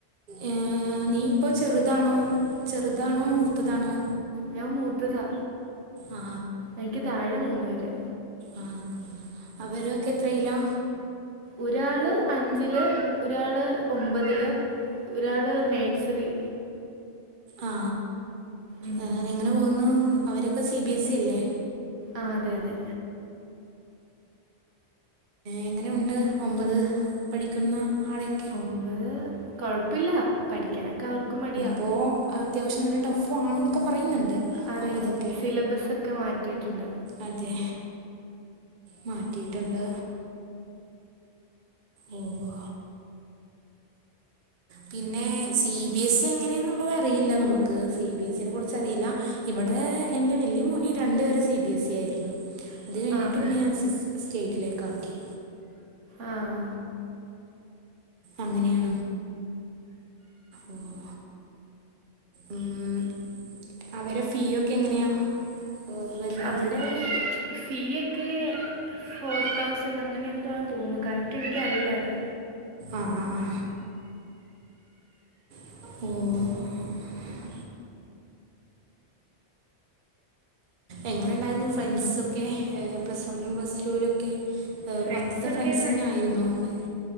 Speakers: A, on the right; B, on the right.
A: ഏഹ് നീ ഇപ്പോ ചെറുതാണോ ചെറുതാണോ മൂത്തതാണോ
B: ഞാൻ മൂത്തതാ
A: ആ
B: എനിക്ക് താഴെ മൂന്ന് പേര്
A: ആഹ് അവരൊക്കെ എത്രയിലാ
B: ഒരാള് അഞ്ചില് ഒരാള് ഒമ്പതില് ഒരാള് നേഴ്സറി
A: ആ
B: ഉം
A: ഏഹ്, എങ്ങനെ പോകുന്നു അവര് ഒക്കെ സി ബി എസ് ഇ അല്ലേ
B: ആഹ് അതെ അതെ
A: എങ്ങനുണ്ട് ഒമ്പത് പഠിക്കുന്ന ആളൊക്കെ
B: ഒമ്പത് കൊഴപ്പില്ല പഠിക്കാനൊക്കെ അവർക്കും മടിയാ
A: ഇപ്പൊ അത്യാവശൃം നല്ല ടഫും ആണെന്നൊക്കെ പറയുന്നുണ്ട്
B: അതെ
A: ഒമ്പതൊക്കെ
B: സിലബസൊക്കെ മാറ്റിട്ടുണ്ട്
A: അതെ മാറ്റിട്ടുണ്ട് ഓഹ് പിന്നെ സി ബി എസ് ഇ എങ്ങനെയാന്നുള്ളത് അറിയില്ല നമുക്ക് സി ബി എസിനെ കുറിച്ച് അറില്ല ഇവിടെ എന്റെ വല്ല്യ മോന് രണ്ട് വരെ സി ബി എസ് ഇ ആയിരുന്നു അത് കഴിഞ്ഞിട്ട്
B: ആഹ്
A: പിന്നെ ഞാൻ സെ സ് സ്റ്റേറ്റിലേക്കാക്കി
B: ആഹ്
A: അങ്ങനെയാണ് ഓഹ് ഉം അവരെ ഫീ ഒക്കെ എങ്ങനെയാ ഏ, വരുന്നത്
B: അവിടെ ഫീ ഒക്കെ ഫോർ തൗസൻ് അങ്ങനെ എന്തോ ആന്ന് തോന്നു കറക്റ്റ് എനിക്കറിയില്ല അത്
A: ആഹ് ആഹ് <inaudible> എങ്ങനെ ഉണ്ടായിരുന്നു ഫ്രണ്ട്സൊക്കെ പ്ലസ് വണ്ണിലും പ്ലസ് ടുവിലും ഒക്കെ
B: ഫ്രണ്ട്സൊക്കെ
A: പത്ത്ത്തെ ഫ്രണ്ട്സ് തന്നെ ആയിരുന്നൊ ഉണ്ടായത്